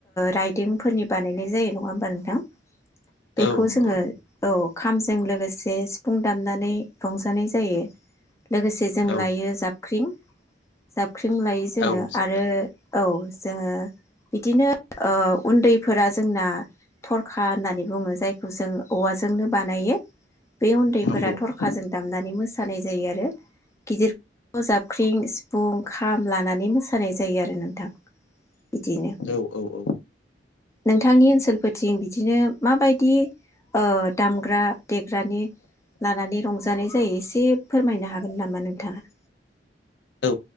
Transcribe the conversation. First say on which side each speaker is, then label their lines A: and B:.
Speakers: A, on the left; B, on the left.
A: राइदोंफोरनि बानायनाय जायो नङा होमबा नोंथां। बेखौ
B: औ नंगौ
A: जोङो
B: नंगौ
A: औ। खामजों लोगोसे सिफुं दामनानै रंजानाय जायो। लोगोसे जों
B: औ
A: लायो जाबख्रिं ख्रि जाब जाख्रिं लायो जोङो
B: औ साख्रि
A: आरो औ जोङो बिदिनो ओ उन्दैफोरा जोंना थरखा होननानै बुङो जायखौ जों औवाजोंनो बानायो। बे उन्दैफोरा
B: नंगौ औ
A: थरखाजों दामनानै मोसानाय जायो आरो। गिदिर जाबख्रिं सिफुं खाम लानानै मोसानाय जायो आरो नोंथां। बिदिनो।
B: औ औ औ।
A: नोंथांनि ओनसोलफोरथिं बिदिनो माबायदि ओ दामग्रा देग्रानि लानानै रंजानाय जायो एसे फोरमायनो हागोन नामा नोंथाङा?
B: औ